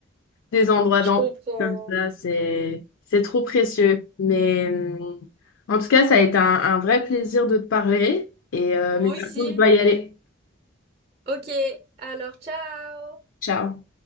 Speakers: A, on the left; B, on the right.
A: des endroits
B: Je
A: d'enfants
B: comprends.
A: comme ça, c'est c'est trop précieux. Mais hum, en tout cas, ça a été un, un vrai plaisir de te parler. Et euh,
B: Moi
A: mais par
B: aussi.
A: contre, je dois y aller.
B: Ok, alors ciao!
A: Ciao.